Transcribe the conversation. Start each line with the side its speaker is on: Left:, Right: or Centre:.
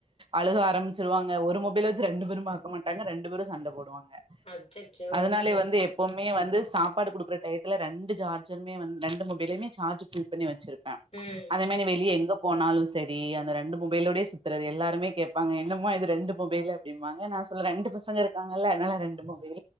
Right: அழுக ஆரம்பிச்சுருவாங்க ஒரு மொ பைல் வெச்சு ரெண்டு பேரும் பாக்க மாட்டாங்க ரெண்டு பேரும் சண்ட போடுவாங்க
Left: அச்சச்சோ
Right: அதனாலே
Left: ம்
Right: வந்து எ ப்போமே வந்து சாப்பாடு குடுக்கற டயத்துல ரெண்டு சார்ஜருமே வந்து ரெண்டு மொபைலுமே சார்ஜ் ஃபில் பண்ணி வச்சிரு
Left: ம்
Right: அதே மாரி வெளிய எங்க போனாலும் சரி அந்த ரெண்டு மொபைலோடே சுத்துறது எல்லாருமே கேப்பாங்க என்னமா இது ரெண்டு மொபைலு அப்டிம்பாங்க நா சொல்லுவே ரெண்டு பசங்க இருக்காங்கல்ல அதனால ரெண்டு மொபைல்